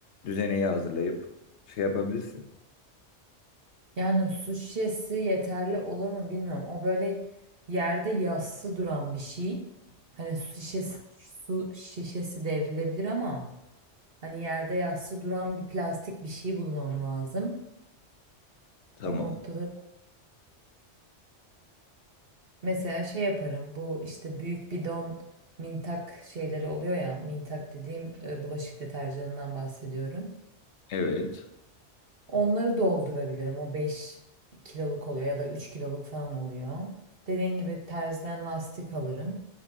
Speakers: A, on the left; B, on the right.
A: Düzeneyi hazırlayıp şey yapabilirsin.
B: Yani su şişesi yeterli olur mu bilmiyorum. O böyle yerde yassı duran bir şey. Hani su şişesi, su şişesi devrilebilir ama hani yerde yassı duran bir plastik bir şey bulmam lazım.
A: Tamam.
B: O noktada mesela şey yaparım. Bu işte büyük bidon mintak şeyleri oluyor ya. Mintak dediğim e, bulaşık deterjanından bahsediyorum.
A: Evet.
B: Onları doldurabilirim. O beş kiloluk oluyor ya da 3 kiloluk falan oluyor. Dediğin gibi terzden lastik alırım.